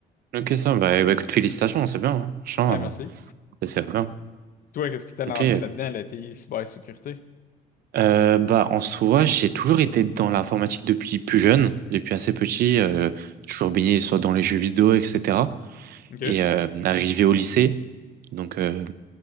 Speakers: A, on the right; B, on the left.
A: ok, ça, bah, bah, écoute, félicitations, c'est bien. hein. Franchement,
B: Ouais, merci.
A: euh, ça, c'est bien.
B: Toi, qu'est-ce qui t'a lancé
A: Ok.
B: là-dedans, la TI, cybersécurité?
A: Euh, bah, en soi, j'ai toujours été dans l'informatique depuis plus jeune, depuis assez petit. euh, toujours baigné soit dans les jeux vidéo, etc.
B: OK.
A: Et euh, arrivé au lycée, donc euh,